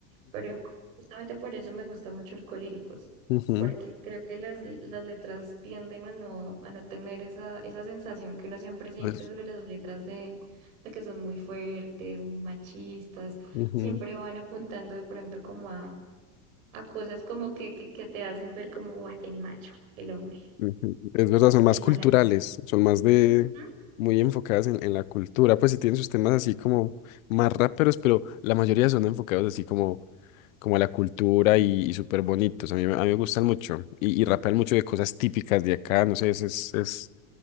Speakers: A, on the right; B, on the left.
A: pero justamente por eso me gusta mucho el Colíricos,
B: Ujú,
A: porque
B: ujú,
A: creo que las, las letras tienden a no, a no tener esa, esa sensación que uno siempre siente
B: Pues,
A: sobre las letras de, de que son muy fuertes, muy machistas,
B: ujú,
A: siempre van apuntando de pronto como a a cosas como que, que, que te hacen ver como "Buah, el macho, el hombre,
B: ujú. Es verdad, son más
A: el
B: culturales,
A: malandro.
B: son más de
A: Ujú.
B: muy enfocadas en, en la cultura, pues sí tienen sus temas así como más raperos, pero la mayoría son enfocados así como, como a la cultura y, y súper bonitos. A mí, me- a mí me gustan mucho y, y rapean mucho de cosas típicas de acá, no sé, es, es, es-